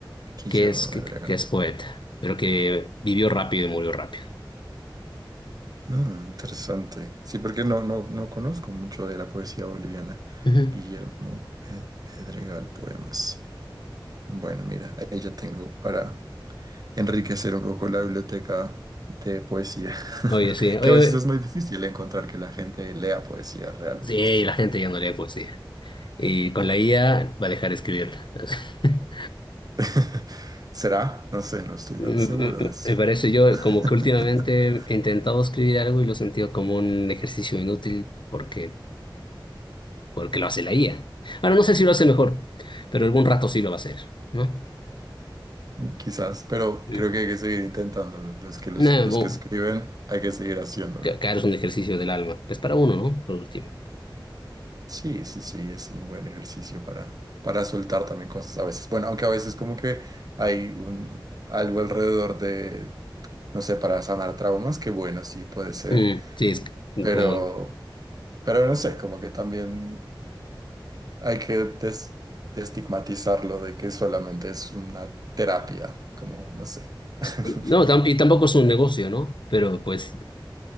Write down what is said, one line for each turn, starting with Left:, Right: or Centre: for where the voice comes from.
Right: Guillermo
Left: que es, que,
Right: Pedregal.
Left: que es poeta, pero que vivió rápido y murió rápido.
Right: Mm, interesante. Sí, porque no, no, no conozco mucho de la poesía boliviana.
Left: Ujú.
Right: Guillermo Pe- Pedregal, poemas. Bueno, mira, ahí ya tengo para enriquecer un poco la biblioteca de poesía, <laughs>
Left: Oye, sí, oye,
Right: que a veces
Left: oye,
Right: es muy difícil encontrar que la gente lea poesía realmente.
Left: sí, la gente ya no lee poesía. Y con la IA va a dejar de escribirla. <laughs>
Right: <laughs> ¿Será? No sé, no estoy
Left: Me
Right: tan seguro
Left: me
Right: de eso.
Left: me parece yo
Right: <laughs>
Left: como que últimamente he intentado escribir algo y lo he sentido como un ejercicio inútil porque, porque lo hace la IA. Ahora no sé si lo hace mejor, pero algún rato sí lo va a hacer, ¿no?
Right: Quizás, pero creo
Left: Mm.
Right: que hay que seguir intentándolo. Los que, los,
Left: No,
Right: los
Left: bueno,
Right: que escriben, hay que seguir haciéndolo.
Left: ca- claro, es un ejercicio del alma. Pues para uno, ¿no? Por último.
Right: Sí, sí, sí, es un buen ejercicio para, para soltar también cosas a veces. Bueno, aunque a veces como que hay un, algo alrededor de, no sé, para sanar traumas, que bueno, sí puede ser.
Left: Mm, sí, es que
Right: Pero,
Left: como...
Right: pero no sé, como que también hay que des- destigmatizarlo de que solamente es una terapia, como no sé.
Left: sí,
Right: <laughs>
Left: No, tam- y tampoco es un negocio, ¿no? Pero pues